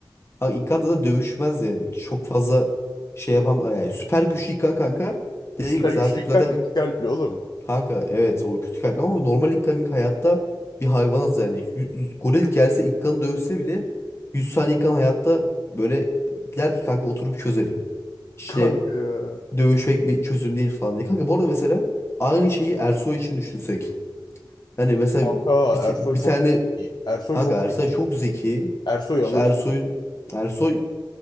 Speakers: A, on the left; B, on the left.
A: kanka İlkan da dövüşmez yani. Çok fazla şey yapam yani süper güçlü İlkan kanka. Dediğim
B: Süper
A: gibi zaten,
B: güçlü İlkan
A: zaten
B: kötü kalpli oğlum.
A: Kanka evet o kötü kalpli ama normal ilk hayatta bir hayvanız yani. Yüz- goril gelse ilk kanı dövse bile 100 saniye ilk hayatta böyle der ki kanka oturup çözelim. İşte
B: Kanka ya.
A: dövüşmek bir çözüm değil falan diye. Kanka bu arada mesela aynı şeyi Ersoy için düşünsek. Hani mesela
B: Kanka
A: bir, t-
B: Ersoy
A: bir
B: çok
A: tane
B: iyi. Ersoy
A: kanka
B: çok zeki.
A: Ersoy çok zeki.
B: Ersoy
A: İşte
B: alır.
A: Ersoy'un Ersoy